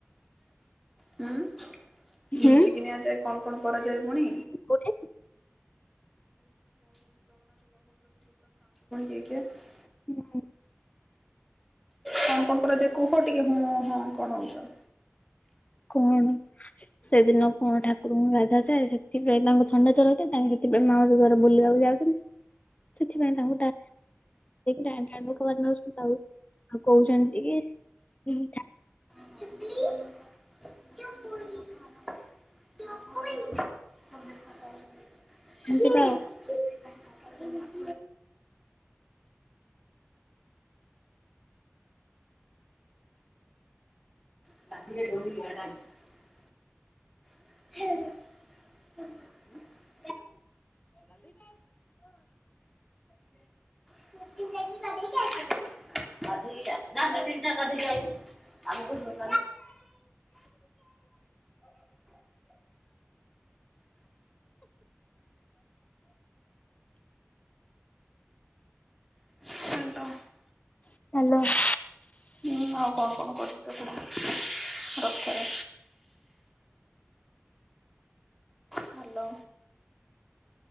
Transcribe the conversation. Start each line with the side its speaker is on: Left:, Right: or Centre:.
Centre: ହୁଁ ନିିଞ୍ଚିକି
Left: ହୁଁ।
Centre: ନିଆଯାଏ କଣ କଣ କରାଯାଏ ପୁଣି?
Left: କୋଉଠି?
Centre: <unintelligible>
Left: ହୁଁ।
Centre: କଣ କଣ କରାଯାଏ କୁହ ଟିକେ ହୁଁ ହଁ କଣ ହଉଚ?
Left: କଣ ସେଦିନ କଣ ଠାକୁରଙ୍କୁ ଗାଧାଯାଏ, ସେଥିପାଇଁ ତାଙ୍କୁ ଥଣ୍ଡା ଜର ହେଇଥାଏ ହେତି ଏବେ ମାଉସୀ ଘର ବୁଲିବାକୁ ଯାଉଛନ୍ତି। ସେଥିପାଇଁ ତାଙ୍କୁ ଟା ଟାଣି ନଉ <unintelligible> ଆଉ କହୁଛନ୍ତି କି ତିନି ଠା
Centre: ି ଯ <inaudible> <unintelligible>
Left: ହ୍ୟାଲୋ
Centre: <unintelligible> <unintelligible>
Left: ହ୍ୟାଲୋ
Centre: ହ <inaudible> <unintelligible> <inaudible> <unintelligible>
Left: <unintelligible>
Centre: ହୁଁ ଆଉ କଣ କଣ କରିଛ କୁହ ରଥରେ? ହ୍ୟାଲୋ।